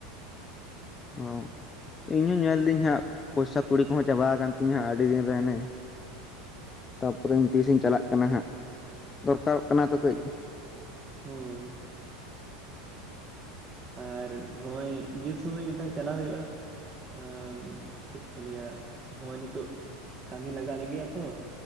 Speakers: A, on the right; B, on the left.
A: ᱻ
B: ᱚ ᱤᱧ ᱦᱚᱸᱧ ᱧᱮᱞ ᱮᱫᱟᱹᱧ ᱦᱟᱸᱜ ᱯᱚᱭᱥᱟ ᱠᱩᱲᱤ ᱠᱚᱦᱚᱸ ᱪᱟᱵᱟ ᱟᱠᱟᱱ ᱛᱤᱧᱟ ᱦᱟᱸᱜ ᱟᱹᱰᱤ ᱫᱤᱱ ᱨᱮ ᱦᱟᱱᱮ ᱛᱟᱯᱚᱨᱮᱧ ᱛᱤᱥᱤᱧ ᱪᱟᱞᱟᱜ ᱠᱟᱱᱟ ᱦᱟᱸᱜ ᱫᱚᱨᱠᱟᱨᱚᱜ ᱠᱟᱱᱟ ᱛᱚ ᱠᱟᱹᱡ
A: ᱦᱳ ᱟᱨ ᱱᱚᱜ ᱚᱭ ᱧᱩᱛ ᱥᱩᱢᱟᱹᱭ ᱢᱤᱫ ᱫᱷᱟᱣ ᱪᱟᱞᱟᱣ ᱦᱩᱭᱩᱜᱼᱟ ᱟᱢ ᱪᱮᱫ ᱠᱚ ᱞᱟᱹᱭᱟ ᱦᱚᱸᱜᱼᱚᱭ ᱱᱤᱛᱳᱜ ᱠᱟᱹᱢᱤ ᱞᱟᱜᱟᱜ ᱞᱟᱹᱜᱤᱫ ᱟ ᱛᱚ